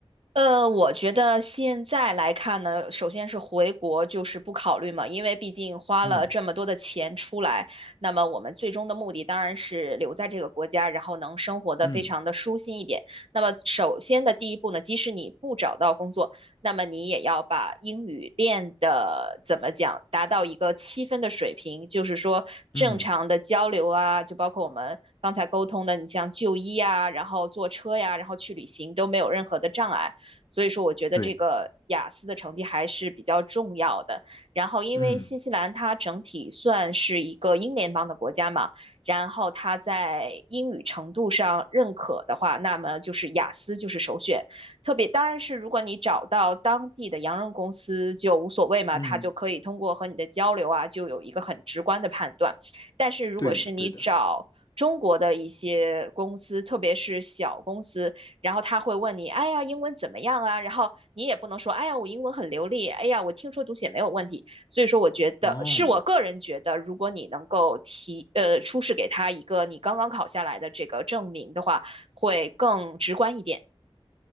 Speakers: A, on the right; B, on the left.
A: 呃，我觉得现在来看呢，首先是回国就是不考虑嘛，因为毕竟花了这么多的钱出来，
B: 嗯
A: 那么我们最终的目的当然是留在这个国家，然后能生活的非常的舒心一点。
B: 嗯
A: 那么首先的第一步呢，即使你不找到工作，那么你也要把英语练的怎么讲，达到一个七分的水平，就是说正常的交流啊，
B: 嗯，
A: 就包括我们刚才沟通的，你像就医呀，然后坐车呀，然后去旅行都没有任何的障碍。所以说，我觉得这个雅思的成绩还是比较重要的。
B: 对，
A: 然后，因为新西兰它整体算是一个英联邦的国家嘛，
B: 嗯
A: 然后它在英语程度上认可的话，那么就是雅思就是首选。特别当然是如果你找到当地的洋人公司就无所谓嘛，
B: 嗯，
A: 他就可以通过和你的交流啊，就有一个很直观的判断。但是如果是你找中国的一些公司，
B: 对的对的。
A: 特别是小公司，然后他会问你，哎呀，英文怎么样啊？然后你也不能说，哎呀，我英文很流利，哎呀，我听说读写没有问题。所以说，我觉得是我个人觉得，
B: 哦。
A: 如果你能够提，呃，出示给他一个你刚刚考下来的这个证明的话，会更直观一点。